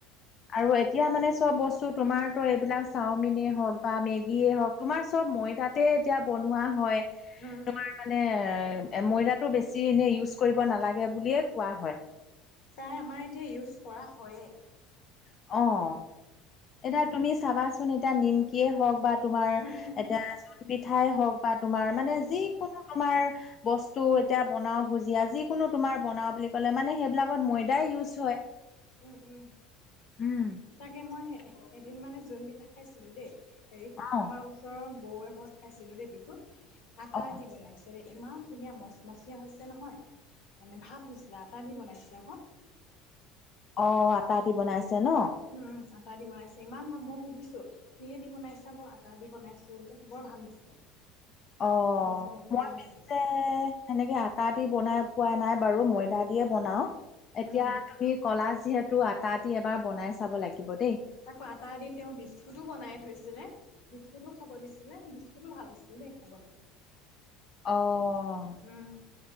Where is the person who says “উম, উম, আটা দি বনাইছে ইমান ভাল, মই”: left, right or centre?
Left